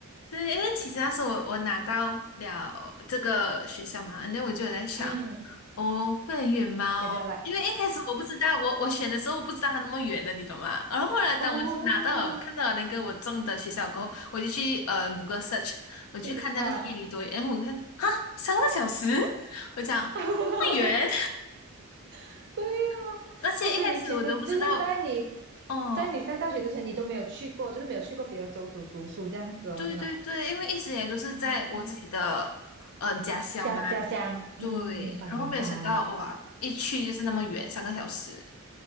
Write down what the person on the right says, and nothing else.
嗯，
要不要来？
哦，
去啊！
<laughs> <laughs> 对呀、
哦，所以你其实就是在你，
在你上大学之前，你都没有去过，就是没有去过别的州属读书这样子哦，
是吗？
哦，家家乡，
嗯，明白明白，